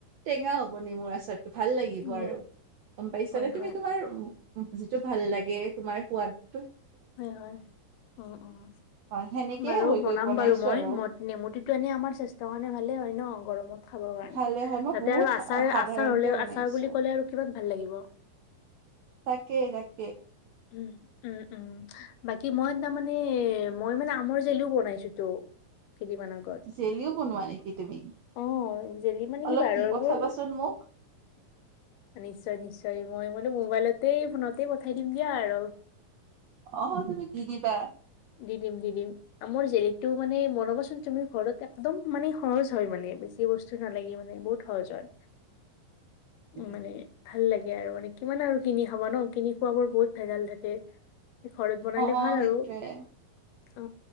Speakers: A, on the right; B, on the left.
A: টেঙা হ'ব নেমুৰ আচাৰটো ভাল লাগিব
B: অ
A: আৰু গম পাইছানে
B: হয় হয়
A: তুমি তোমাৰ যিটো ভাল লাগে তোমাৰ সোৱাত
B: হয় হয় উম উম
A: হয় সেনেকে
B: বাৰু
A: হৈ
B: বনাম
A: গৈ বনাইছো
B: বাৰু মই
A: আৰু
B: নেমুটো এনে আমাৰ স্বাস্থ্যৰ কাৰণে ভালে হয় ন গৰমত। খাবৰ কাৰণে
A: ভালে হয় মই
B: তাতে
A: বহুত
B: আৰু
A: সা-
B: আচাৰ
A: সাধাৰণকে
B: আচাৰ হলে
A: বনাইছো
B: আচাৰ বুলি ক'লে আৰু কিমান ভাল লাগিব
A: তাকেই তাকেই
B: উম উম উম বাকী মই তাৰ মানে মই মানে আমৰ জেলিও বনাইছো তো কেইদিনমান আগত
A: জেলিও বোনোৱা নেকি তুমি
B: অ জেলি মানে
A: অলপ
B: কি বাৰৰবোৰ
A: দি পঠাবাচোন মোক
B: নিশ্চয় নিশ্চয় মই মানে মোবাইলতে ফোনতে পঠাই দিম দিয়া আৰু
A: অ তুমি কিনিবা
B: দি দিম দি দিম মোৰ জেলিটো মানে মৰমত চোন তুমি ঘৰত একদম মানে সহজ হয় মানে বেছি বস্তু নালাগে মানে বহুত সহজ হয়
A: <unintelligible> অ
B: মানে ভাল লাগে আৰু মানে কিমান আৰু কিনি খাবা ন কিনি খোৱাবোৰ বহুত ভেজাল থাকে ঘৰত বনালে
A: অ
B: ভাল
A: সেইটোৱেই
B: আৰু অ